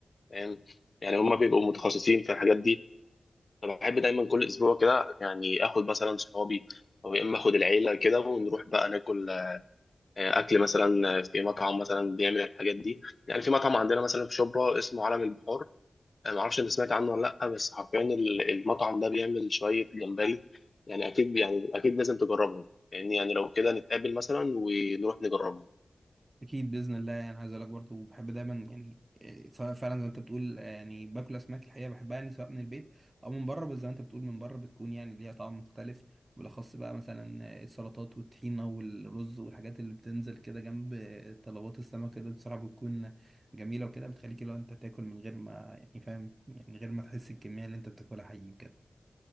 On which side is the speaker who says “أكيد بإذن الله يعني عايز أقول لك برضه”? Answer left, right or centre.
Right